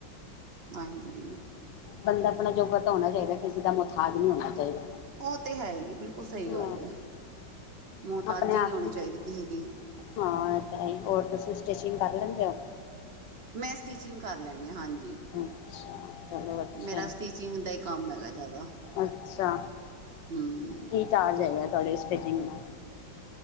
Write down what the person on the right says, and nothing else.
ਹਾਂਜੀ।
ਉਹ ਤੇ ਹੈ ਈ ਏ ਬਿਲਕੁਲ ਸਈ
ਗੱਲ ਏ, ਮੁਹਤਾਜ਼ੀ
ਨਹੀਂ ਹੋਣੀ
ਚਾਈਦੀ ਕਿਸੇ ਦੀ।
ਮੈਂ ਸਟਿਚਿੰਗ ਕਰ ਲੈਨੀ ਆ, ਹਾਂਜੀ।
ਮੇਰਾ
ਸਟੀਚਿੰਗ ਦਾ ਈ ਕੰਮ ਹੈਗਾ ਜੈਦਾ।
ਹੂੰ।